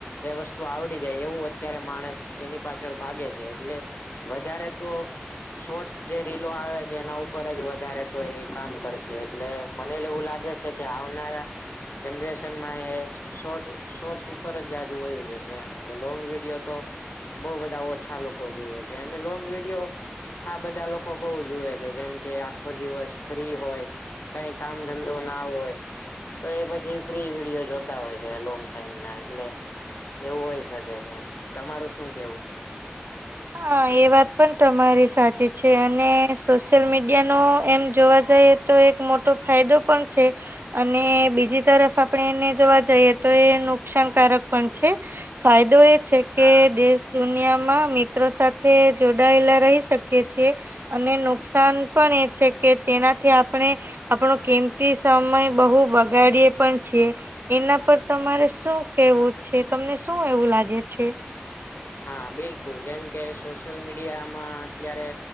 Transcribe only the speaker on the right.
હા એ વાત પણ તમારી સાચી છે અને સોશિયલ મીડિયા નો એમ જોવા જઈ. તો એક મોટો ફાયદો પણ છે. અને બીજી તરફ આપણે એને જોવા જઈએ તો એ નુકસાનકારક પણ છે. ફાયદો એ છે કે
દેશ દુનિયામાં મી. મિત્રો સાથે જોડાયેલા રહી શકીએ છીએ. અને નુકસાન પણ એ છે કે તેનાથી આપણે આપણો કિમતી સમય બહુ બગાડીએ પણ છીએ. એના પર તમારે શું કેવું છે તમને શું એવું લાગે છે?